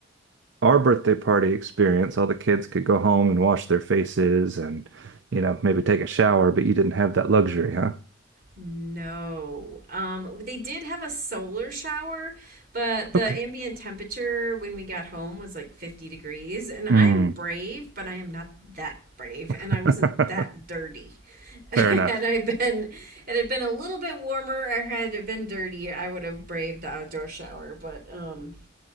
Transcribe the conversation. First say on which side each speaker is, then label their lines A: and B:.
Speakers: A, on the right (about 65°); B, on the right (about 50°).
A: our birthday party experience, all the kids could go home and wash their faces and, you know, maybe take a shower, but you didn't have that luxury, huh?
B: No. Um, they did have a solar shower, but the
A: Okay.
B: ambient temperature when we got home was like 50 degrees. And I
A: Mm.
B: am brave, but I am not that brave,
A: <laughs>
B: and I wasn't that dirty. <laughs>
A: Fair enough.
B: Had I been, had it been a little bit warmer, or had it been dirty, I would have braved the outdoor shower. But um,